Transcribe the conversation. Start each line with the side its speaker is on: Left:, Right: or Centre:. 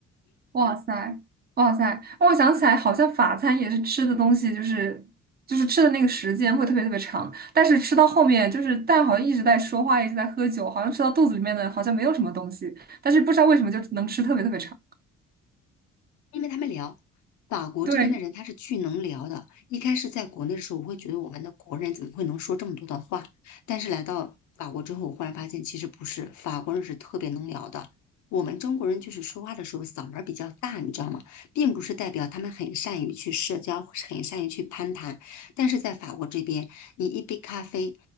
Right: 哇塞，哇塞！我想起来，好像法餐也是吃的东西，就是就是吃的那个时间会特别特别长，但是吃到后面就是但好像一直在说话，一直在喝酒，好像吃到肚子里面的好像没有什么东西，但是不知道为什么就能吃特别特别长。
Left: 因为他们聊法国这边的人，
Right: 对，
Left: 他是巨能聊的。一开始在国内的时候，我会觉得我们的国人怎么会能说这么多的话？但是来到法国之后，我忽然发现其实不是，法国人是特别能聊的。我们中国人就是说话的时候嗓门儿比较大，你知道吗？并不是代表他们很善于去社交，很善于去攀谈。但是在法国这边，你一杯咖啡，